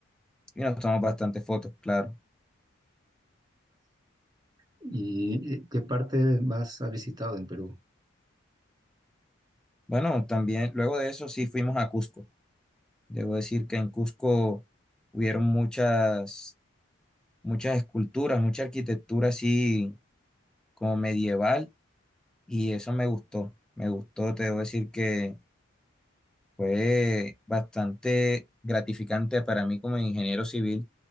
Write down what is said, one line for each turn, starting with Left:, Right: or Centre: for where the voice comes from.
Centre: Y nos tomamos bastantes fotos, claro.
Right: ¿Y eh, qué parte más has visitado en Perú?
Centre: Bueno, también luego de eso sí fuimos a Cusco. Debo decir que en Cusco hubieron muchas, muchas esculturas, mucha arquitectura así como medieval Y eso me gustó, me gustó, te debo decir que fue bastante gratificante para mí como ingeniero civil